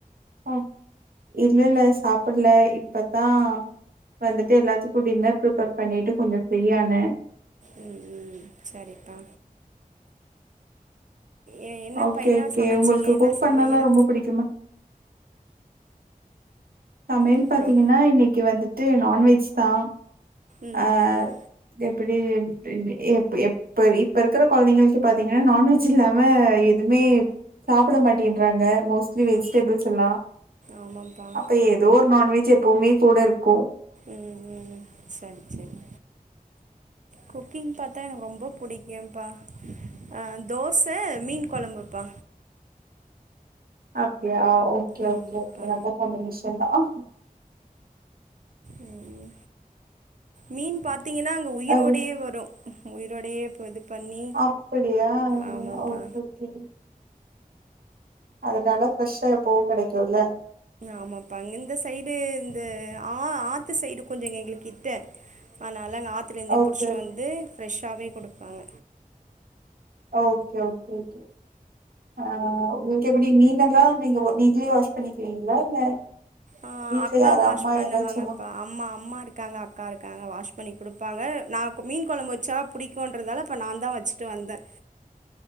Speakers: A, on the right; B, on the right.
A: ஹ இல்லல்ல சாப்பிடல இப்பத்தான் வந்துட்டு எல்லாத்துக்கும் டின்னர் ப்ரிப்பேர் பண்ணிட்டு கொஞ்சம் ஃப்ரீயான
B: ம் ம் சரிப்பா எ என்னப்பா
A: ஓகே
B: என்ன
A: ஓகே
B: சமச்சீங்க
A: உங்களுக்கு
B: என்ன
A: குக் பண்ணல்லாம்
B: சமையல்
A: ரொம்ப பிடிக்குமா சமையல்
B: அப்றோ
A: பாத்தீங்கன்னா இன்னைக்கு வந்து <inaudible> நான்வெஜ் தான்
B: ம்
A: ஆ
B: ம்
A: எப்டி <inaudible> எப் எப் இப்ப இருக்கிற கொழந்தைங்களுக்கு பாத்தீங்கன்னா நான்வெஜ் <inaudible> இல்லாம எதுவுமே சாப்பிட மாட்டேங் றாங்க மோஸ்லி வெஜிடபில்ஸ்
B: ஆ
A: எல்லாம்
B: ஆமாம்ப்பா
A: ஆ இப்ப ஏதோ ஒரு நான்வெஜ் எப்பவுமே கூட இருக்கும்
B: ம் ம் சரி சரி குக்கிங் பாத்தா எனக்கு ரொம்ப பிடிக்கும்பா அ தோச மீன் கொழம்புப்பா
A: <unintelligible> ஆ ஓகே
B: ஆமாம்ப்பா
A: ஓகே ஓகே நல்ல காம்பினேஷன் தான்
B: ம் மீன் பாத் பாத்திங்கன்னா அங்கே உயிரோடே
A: அது
B: வரும் தி உயிரோடயே இப்ப இது பண்ணி
A: அப்படியா
B: ஆமாம்ப்பா
A: ஓகேஓகே அதனால ஃப்ரெஷ்ஷா எப்பவும் கெடைக்கும்ல
B: ஆமாப்பா இந்த சைடு இந்த ஆ ஆத்து சைடு கொஞ்சம்ங்க எங்களுக்கு கிட்ட ஆனா நல்ல ஆத்துல இருந்தே
A: ஓகே
B: புடிச்சிட்டு வந்து ஃப்ரெஷ்ஷாவே கொடுப்பாங்க
A: ஓகே ஓகே ஓகே ஆ நிங்க எப்டி மீனெல்லாம் நீங்க நீங்களே வாஷ் பண்ணிக்கிறீங்களா இல்ல
B: ஆ
A: வீட்ல
B: அக்கா
A: யாரா
B: வாஷ்
A: அம்மா
B: பண்ணுவாங்கப்பா
A: யாராச்சு ம
B: அம்ம அம்மா இருக்காங்க அக்கா இருக்காங்க வாஷ் <inaudible> பண்ணி கொடுப்பாங்க நான் மீன் கொழம்பு வச்சா பிடிக்கும்ன்றதால இப்ப நான் தான் வச்சுட்டு வந்தேன்